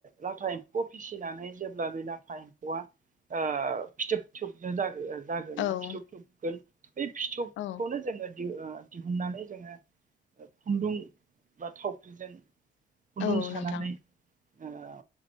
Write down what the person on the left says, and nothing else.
औ
औ
औ
नोंथां